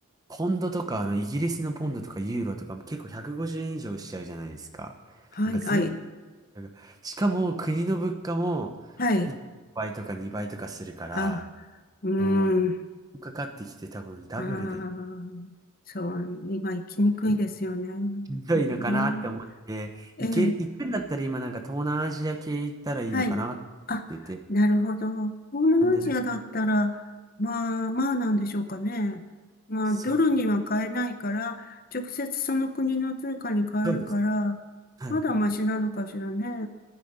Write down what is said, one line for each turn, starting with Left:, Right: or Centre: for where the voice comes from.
Right: ポンドとか、あの、イギリスのポンドとかユーロとか、結構150円以上しちゃうじゃないですか。
Left: はい、
Right: なんか全
Left: はい、
Right: なんかしかも国の物価も1倍とか2倍とかするから、
Left: はい。あ、うん。
Right: もう、かかってきて多分ダブルで
Left: ああ、そう、今行きにくいですよね。
Right: ひ
Left: 本当にね。
Right: どいのかなって思って、
Left: ええ、
Right: 行ける、行くんだったら今なんか東南アジア系行ったらいいのかなって思ってて。
Left: はい。あ、なるほど。東南アジアだったら、
Right: なんで、
Left: まあまあなんでしょうかね。まあ、
Right: そう、
Left: ドルには買えないから、直接その国の通貨に変えるから、
Right: そうです。はい。
Left: まだマシなのかしらね。